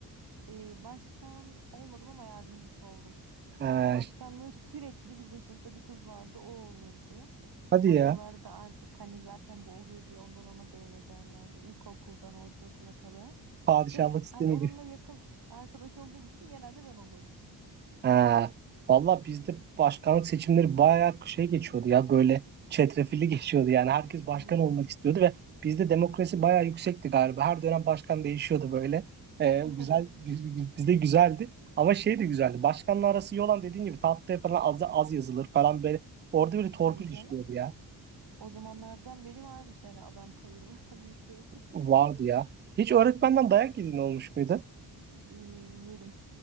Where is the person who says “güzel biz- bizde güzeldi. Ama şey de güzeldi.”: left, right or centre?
Right